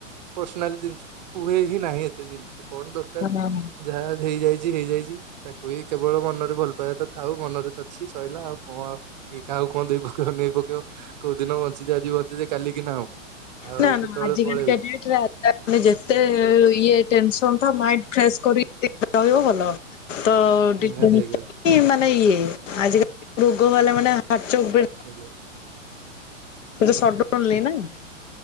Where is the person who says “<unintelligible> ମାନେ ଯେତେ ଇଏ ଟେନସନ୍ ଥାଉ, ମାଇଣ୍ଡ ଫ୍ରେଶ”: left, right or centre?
Left